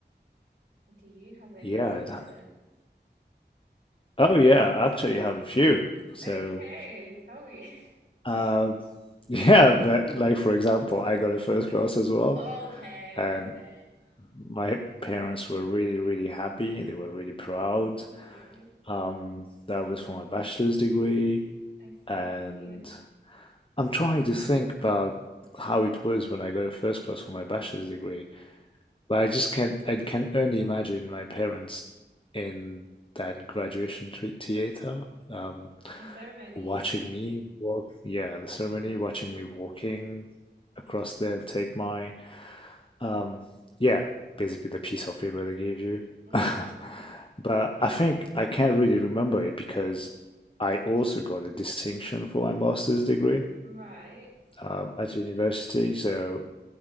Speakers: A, on the right (about 65°); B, on the left (about 30°).
A: Do you have any
B: Yeah. I'd
A: moments?
B: ha- Oh, yeah. Actually, I have a few. So,
A: Okay, tell me. <laughs>
B: um, <laughs> yeah, but like for example, I got a first class as well.
A: Okay,
B: and
A: okay.
B: my parents were really really happy they were really proud
A: hmm
B: um, that was for my bachelor's degree
A: I
B: and
A: see.
B: i'm trying to think about how it was when i got a first class for my bachelor's degree but i just can i can only imagine my parents in that graduation theater um,
A: The ceremony.
B: watching me walk yeah the ceremony
A: Yeah,
B: watching
A: yeah, yeah.
B: me walking across there and take my Um, yeah, basically the piece of paper they gave you.
A: Mm-hmm.
B: <laughs> But I think I can't really remember it because I also got a distinction for my master's degree
A: Right.
B: um, at university. So